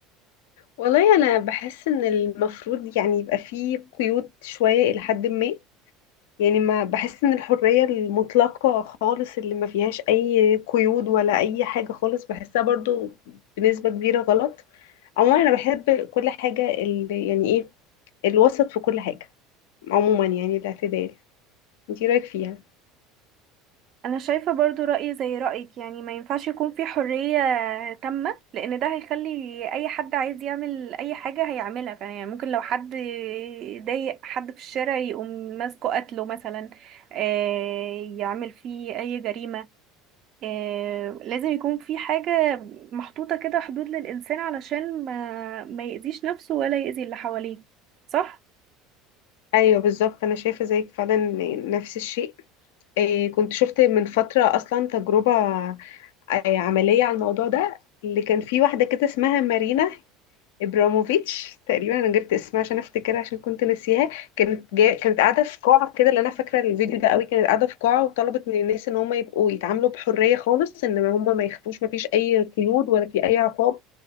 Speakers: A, on the left; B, on the right.
A: والله انا بحس ان المفروض يعني يبقى فيه قيود شوية الى حد ما يعني ما بحس ان الحرية المطلقة خالص اللي ما فيهاش اي قيود ولا اي حاجة خالص بحسها برضو بنسبة كبيرة غلط عموما انا بحب كل حاجة اللي يعني ايه الوسط في كل حاجة عموما يعني الاعتدال انتي رايك فيها
B: انا شايفه برضو رايي زي رايك يعني ما ينفعش يكون في حريه تامه لان ده هيخلي اي حد عايز يعمل اي حاجه هيعملها يعني ممكن لو حد ضايق حد في الشارع يقوم ماسكه قتله مثلا آه، يعمل فيه اي جريمه آه، لازم يكون في حاجة محطوطة كده حدود للإنسان علشان ما ما يأذيش نفسه ولا يأذي اللي حواليه صح؟
A: ايوه بالظبط انا شايفة زيك فعلا نفس الشيء إيه كنت شفت من فترة اصلا تجربة آه، عملية على الموضوع ده اللي كان في واحدة كده اسمها مارينا ابراموفيتش تقريبا انا جبت اسمها عشان افتكرها عشان كنت ناسيها كانت جا... كانت قاعدة في قاعة كده اللي انا فاكرة الفيديو ده قوي كانت قاعدة في قاعة وطلبت من الناس ان هم يبقوا يتعاملوا بحرية خالص ان هم ما يخافوش ما فيش اي قيود ولا في اي عقاب